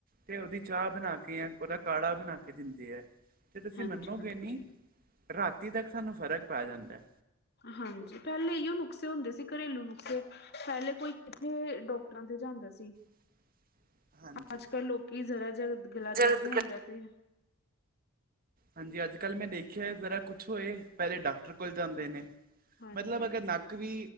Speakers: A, on the right; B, on the left.
A: ਤੇ ਉਦੀ ਚਾਹ ਬਨਾ ਕੇ ਯਾ ਉਦਾ ਕਾੜਾ ਬਨਾ ਕੇ ਦਿੰਦੇ ਐ। ਤੇ ਤੁਸੀਂ
B: ਹਾਂਜੀ
A: ਮੰਨੋਗੇ
B: ਹਾਂਜੀ
A: ਨੀ, ਰਾਤੀ ਤੱਕ ਸਾਨੂੰ ਫ਼ਰਕ ਪੈ ਜਾਂਦਾਏ।
B: ਹਾਂਜੀ ਪੇਲੇ ਏਈਓ ਨੁਸਖੇ ਹੁੰਦੇ ਸੀ ਘਰੇਲੂ ਨੁਕਸੇ। ਪੇਲੇ ਕੋਈ ਕਿੱਥੇ ਡਾਕਟਰਾਂ ਤੇ ਜਾਂਦਾ ਸੀ।
A: <inaudible> ਹਾਂਜੀ
B: ਅੱਜ ਕੱਲ੍ਹ ਲੋਕੀ ਜ਼ਰਾ ਜ ਗਲਾ ਦਰਦ
A: ਜਦ
B: ਹੁੰਦਾ ਤੇ
A: ਹਾਂਜੀ ਅੱਜ ਕੱਲ੍ਹ ਮੈਂ ਦੇਖਿਆ ਜ਼ਰਾ ਕੁਛ ਹੋਏ ਪਹਿਲੇ ਡਾਕਟਰ ਕੋਲ ਜਾਂਦੇ ਨੇ।
B: ਹਾਂਜੀ
A: ਮਤਲਬ ਅਗਰ ਨੱਕ ਵੀ,